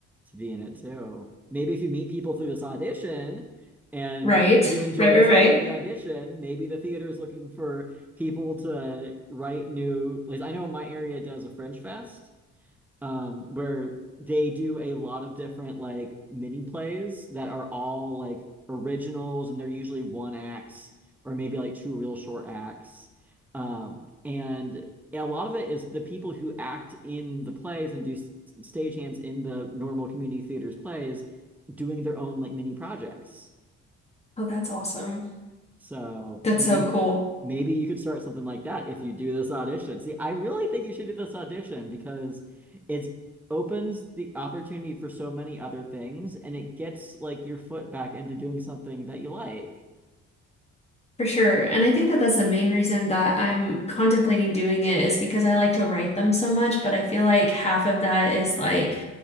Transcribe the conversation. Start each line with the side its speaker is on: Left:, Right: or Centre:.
Centre: to be in it too. Maybe if you meet people through this audition and
Left: Right.
Centre: you enjoy
Left: Right,
Centre: yourself
Left: right, right.
Centre: at the audition, maybe the theater is looking for people to write new, like I know my area does a French fest um, where they do a lot of different like mini plays that are all like originals and they're usually one acts or maybe like two real short acts. Um, and a lot of it is the people who act in the plays and do s- stagehands in the normal community theaters plays doing their own like mini projects.
Left: Oh, that's awesome.
Centre: So
Left: That's
Centre: may
Left: so cool.
Centre: maybe you could start something like that if you do this audition. See, I really think you should do this audition because it opens the opportunity for so many other things and it gets like your foot back into doing something that you like.
Left: For sure. And I think that that's the main reason that I'm contemplating doing it is because I like to write them so much, but I feel like half of that is like